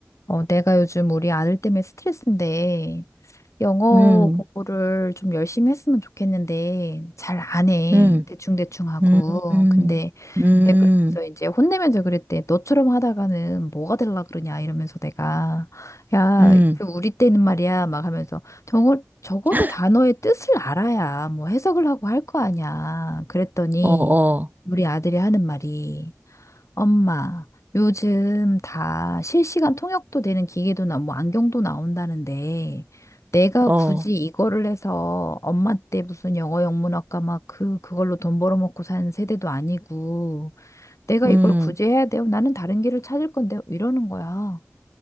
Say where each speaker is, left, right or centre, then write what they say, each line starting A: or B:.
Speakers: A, on the left (about 85°); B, on the right (about 35°).
A: 어, 내가 요즘 우리 아들 때문에 스트레스인데, 영어
B: 음,
A: 공부를 좀 열심히 했으면 좋겠는데, 잘 안 해.
B: 음,
A: 대충대충 하고.
B: 음, 음,
A: 근데,
B: 음,
A: 내가 그러면서 이제 혼내면서 그랬대. 너처럼 하다가는 뭐가 될라 그러냐, 이러면서 내가. 야,
B: 음.
A: 그 우리 때는 말이야, 막 하면서. 정어, 적어도
B: <laughs>
A: 단어의 뜻을 알아야 뭐 해석을 하고 할 거 아니야. 그랬더니,
B: 어, 어,
A: 우리 아들이 하는 말이, 엄마, 요즘 다 실시간 통역도 되는 기계도 나오고 안경도 나온다는데 내가
B: 어,
A: 굳이 이거를 해서 엄마 때 무슨 영어 영문학과 막 그 그걸로 돈 벌어먹고 산 세대도 아니고 내가
B: 음,
A: 이걸 굳이 해야 돼요? 나는 다른 길을 찾을 건데 이러는 거야.